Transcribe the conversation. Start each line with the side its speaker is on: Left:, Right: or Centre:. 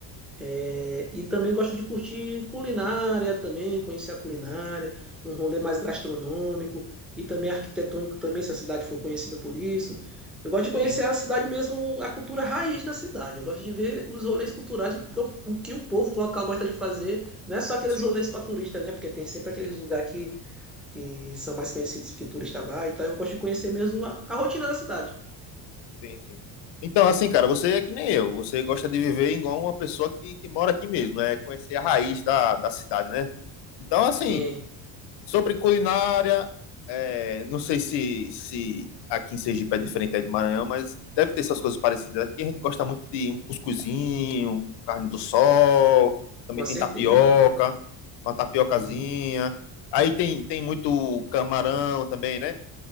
Centre: É, E também gosto de curtir culinária também, conhecer a culinária, um rolê mais gastronômico e também arquitetônico também, se a cidade for conhecida por isso. Eu gosto de conhecer
Left: sim,
Centre: a cidade mesmo, a cultura raiz da cidade. Eu gosto de ver os rolês culturais, o que o o que o povo local gosta de fazer. Não é só aqueles
Left: sim,
Centre: rolês
Left: sim.
Centre: para turista, né? Porque tem sempre aqueles lugares que que são mais conhecidos porque turista vai e tal. Eu gosto de conhecer mesmo a, a rotina da cidade.
Left: Sim, sim. Então, assim, cara, você é que nem eu. Você gosta de viver igual uma pessoa que, que mora aqui mesmo, né? Conhecer a raiz da, da cidade, né? Então, assim,
Centre: Sim,
Left: sobre culinária, é, não sei se, se aqui em Sergipe é diferente aí do Maranhão, mas deve ter essas coisas parecidas. Aqui a gente gosta muito de um cuscuzinho, carne do sol, também
Centre: com
Left: tem
Centre: certeza.
Left: tapioca, uma tapiocazinha.
Centre: Sim,
Left: Aí tem, tem muito camarão também, né?